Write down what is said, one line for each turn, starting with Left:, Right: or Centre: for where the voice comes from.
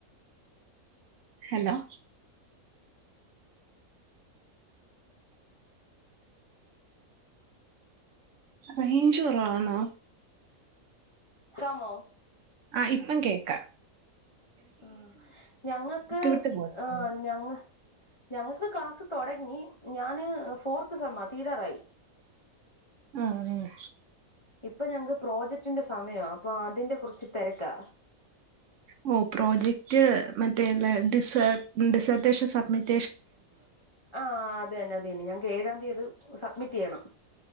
Right: ഹലോ റെയ്ഞ്ചു കൊർവാന്നോ?
Left: ക്കാമോ
Right: ആ ഇപ്പം കേക്കാ
Left: ആ ഞങ്ങക്ക്
Right: വിട്ട് പോകുന്നു
Left: ആ ഞങ്ങ ഞങ്ങക്ക് ക്ലാസ്സ് തൊടങ്ങി ഞാന് ഫോർത്ത് സെമ്മാ തീരാറായി
Right: ആ ആ
Left: ഇപ്പൊ ഞങ്ങക്ക് പ്രോജക്ടിന്റെ സമയാ അപ്പൊ അതിന്റെ കുറച്ച് തെരക്കാ
Right: ഉം പ്രോജക്റ്റ് മറ്റേ ല്ലേ ഡിസർ് ഡിസർട്ടേഷൻ സബ്മിറ്റ്
Left: ആ അതെന്നെ അതന്നെ ഞങ്ങക്ക് ഏഴാംന്തി ത് സബ്മിറ്റെയ്യണം